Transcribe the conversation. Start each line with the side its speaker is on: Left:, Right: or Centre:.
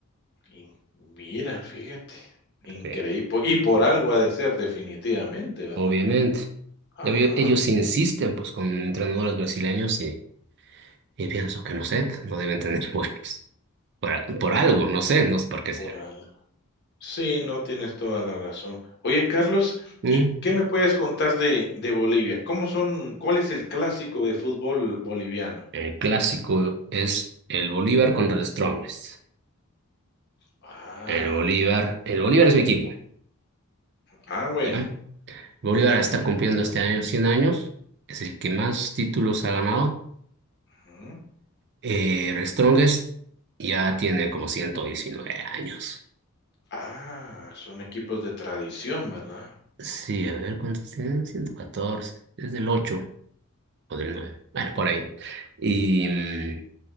Left: In- mira, fíjate, increíble.
Right: Sí.
Left: Y por algo ha de ser definitivamente, ¿verdad?
Right: obviamente.
Left: Ajá.
Right: Ya Ellos insisten pues con entrenadores brasileños y, y pienso que no sé, no deben tener <laughs> buenos. Por, a- por algo, no sé, no sé por qué
Left: Por
Right: será.
Left: algo. Sí, no tienes toda la razón. Oye, Carlos,
Right: Mm.
Left: ¿y qué me puedes contar de, de Bolivia? ¿Cómo son, cuál es el clásico de fútbol boliviano?
Right: El clásico es el Bolívar contra el Strongest.
Left: Ah,
Right: El Bolívar, el Bolívar es mi equipo,
Left: ah, bueno,
Right: ¿ya? Bolívar
Left: ok.
Right: está cumpliendo este año 100 años, es el que más títulos ha ganado.
Left: Ujú.
Right: Eh, el Strongest ya tiene como 119 años.
Left: Ah, son equipos de tradición, ¿verdad?
Right: Sí, a ver, ¿cuántos tiene? ciento catorce es del 8 o del nueve Bueno, por ahí. Y, mm,